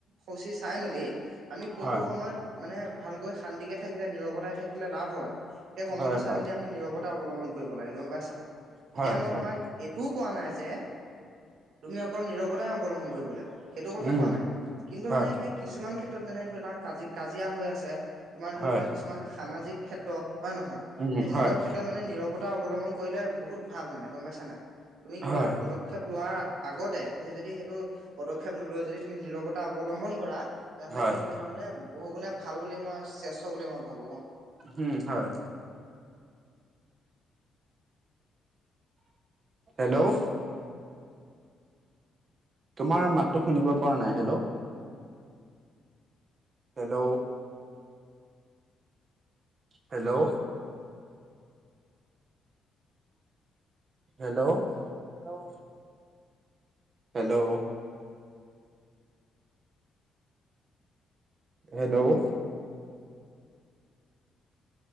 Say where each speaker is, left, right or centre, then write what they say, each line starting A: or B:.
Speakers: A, on the right; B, on the right.
A: সূচী চাই মেলি আমি কোনটো
B: হয়
A: সময়ত মানে ভালকৈ শান্তিকে থাকিলে নিৰৱতাই থাকিলে লাভ হয়। সেই সময়টো
B: হয়
A: চাই
B: হয়
A: মেলি আমি নিৰৱতা অৱলম্বন কৰিব লাগে গম পাইছা। এতিয়া
B: হয়
A: মই
B: হয়
A: তোমাক এইটোও কোৱা নাই যে তুমি অকল নীৰৱতাই অৱলম্বন কৰিব লাগিব সেইটো কথা
B: উম
A: কোৱা নাই কিন্তু
B: হয়
A: মানে সেই কিছুমান ক্ষেত্ৰত যেনে ধৰি লোৱা কাজি কাজিয়া হৈ আছে তোমাৰ ধৰি
B: হয়
A: লোৱা কিছুমান সামাজিক ক্ষেত্ৰত হয় নহয়
B: উম,
A: সেই তেনেকুৱা
B: হয়,
A: ক্ষেত্ৰত মানে নিৰৱতা অৱলম্বন কৰিলে বহুত ভাল মানে গম পাইছা নাই তুমি কিবা
B: হয়,
A: এটা পদ
B: হয়,
A: ক্ষেপ লোৱাৰ আগতে তুমি যদি সেইটো পদক্ষেপ নলৈ যদি তুমি নিৰৱতা অৱলম্বন কৰা তেনেহ'লে
B: হয়,
A: সেইটো তোমাৰ মানে বহু গুণে ভাল বুলি মই শ্ৰেষ্ঠ বুলি মই ভাবো কম
B: উম হয় হেল্ল' তোমাৰ মাততো শুনিব পৰা নাই hello hello hello hello hello hello hello